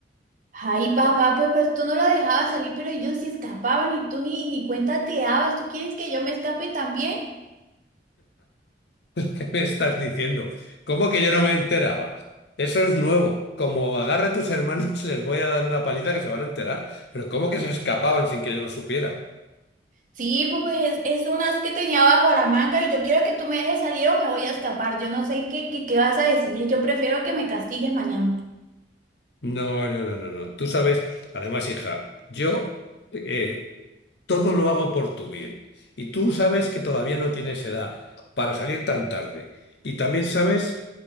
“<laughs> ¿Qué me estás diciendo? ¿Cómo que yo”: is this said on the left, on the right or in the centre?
Left